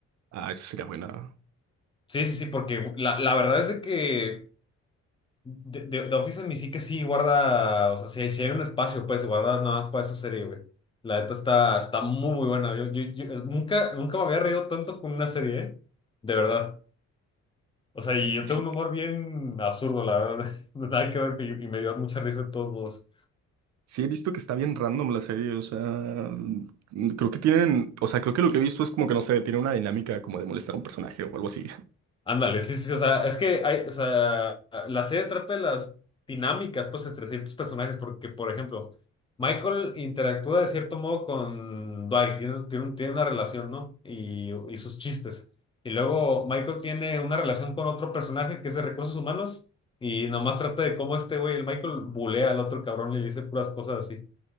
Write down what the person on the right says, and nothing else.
Ah, eso sería buena.
Sí,
sí he visto que está bien random la serie, o sea, mm, creo que tienen, o sea, creo que lo que he visto es como que no sé, tiene una dinámica como de molestar a un personaje o algo así.